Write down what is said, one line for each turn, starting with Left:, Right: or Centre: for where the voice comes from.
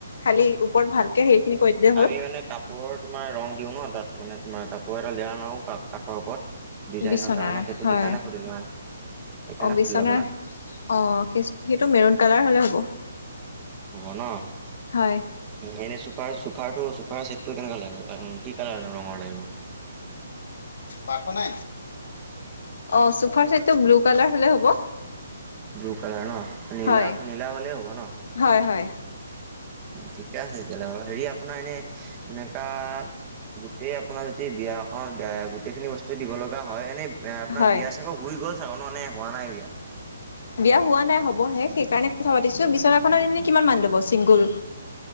Left: খালি ওপৰত ভালকে হেৰি খিনি কৰি দিলেই হ'ল।
Right: একে মানে কাপ কাপোৰৰ তোমাৰ ৰং দিওঁ ন' তাত মানে তোমাৰ কাপোৰৰ এটা লেয়াৰ মাৰো কাঠৰ ওপৰত। ডিজাইনৰ
Left: বিচনাৰ
Right: কাৰণে সেইটো
Left: হয়
Right: সেইকাৰণে শুধিলো আৰু সেইকাৰণে
Left: অ বিচনাৰ
Right: সুধিলো আপোনাক
Left: অ' সেইটো মেৰুন কালাৰ হলে হ'ব।
Right: হ'ব ন।
Left: হয়।
Right: এনেই এনেই চুফাৰ চুফাৰটো চুফাৰ চেটটো কেনেকা লাগিব কি কালাৰ ৰঙৰ লাগিব
Left: পাৰ্থ নাই অ চোফাৰ চেটটো ব্লু কালাৰ হলে হ'ব
Right: ব্লু কালাৰ ন নীলা
Left: হয়
Right: নীলা হ'লেই হ'ব ন
Left: হয় হয়।
Right: ঠিকে আছে তেতিয়াহলে বাৰু হেৰি আপোনাৰ এনেই এনেকোৱা- গোটেই আপোনাৰ যদি বিয়া এখনত গোটেইখিনি বস্তু দিব লগা হয় এনেই আপোনাৰ
Left: হয়
Right: বিয়া চাগই হুই গ'ল চাগে নে হোৱা নাই বিয়া?
Left: বিয়া হোৱা নাই হবহে সেইকাৰণে কথা পাতিছো বিছনাখনৰ এনে কিমান মান লব চিংগুল?